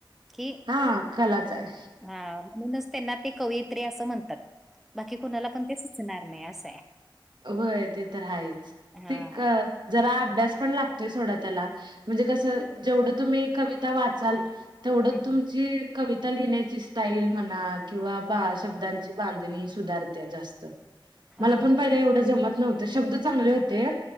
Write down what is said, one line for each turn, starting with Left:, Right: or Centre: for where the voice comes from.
Centre: की
Right: हा कलाच आहे.
Centre: हां म्हणूनच त्यांना ते कवयित्री असं म्हणतात. बाकी कुणाला पण ते सुचणार नाही असं आहे.
Right: व्हय ते तर आहेच
Centre: हां
Right: ते का जरा अभ्यास पण लागतोय सोडा त्याला म्हणजे कसं जेवढं तुम्ही कविता वाचाल तेवढंच
Centre: हम्म.
Right: तुमची कविता लिहिण्याची स्टाईल म्हणा किंवा बा
Centre: हम्म
Right: शब्दांची बांधणी सुधारत्या जास्त
Centre: हां
Right: मला पण पहिला एवढं जमत नव्हतं शब्द चांगले होते.